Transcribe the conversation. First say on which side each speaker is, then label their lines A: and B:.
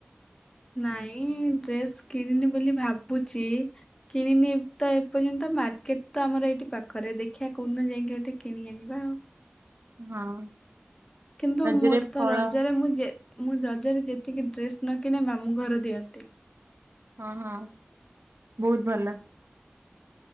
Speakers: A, on the left; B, on the right.
A: ନାଇଁ ଡ୍ରେସ୍ କିଣିନି ବୋଲି ଭାବୁଚି - କିଣିନି ତ ଏପର୍ଯ୍ୟନ୍ତ ମାର୍କେଟ ତ ଆମର ଏଇଠି ପାଖରେ ଦେଖିଆ କୋଉଦିନ ଯାଇକି ଗୋଟେ କିଣି ଆଣିବା ଆଉ
B: ହଁ
A: କିନ୍ତୁ
B: ରଜରେ
A: ମୋର
B: ଫଳ
A: ତ ରଜରେ ମୁଁ ଯେ- ମୁଁ ରଜରେ ଯେତିକି ଡ୍ରେସ ନ କିଣେ ମାମୁ ଘର ଦିଅନ୍ତି
B: ହଁ ହଁ ବହୁତ ଭଲ